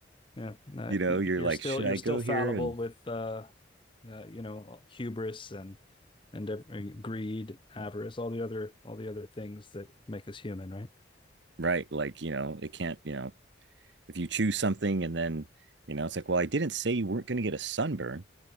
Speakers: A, on the left; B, on the right.
A: Yeah,
B: <laughs>
A: uh,
B: you know
A: y-
B: you're
A: you're
B: like
A: still
B: should
A: you're
B: i
A: still
B: go
A: fallible
B: here and
A: with uh, uh you know hubris and and ev- uh, greed, avarice, all the other all the other things that make us human, right?
B: right like you know it can't you know if you choose something and then you know it's like well i didn't say you weren't going to get a sunburn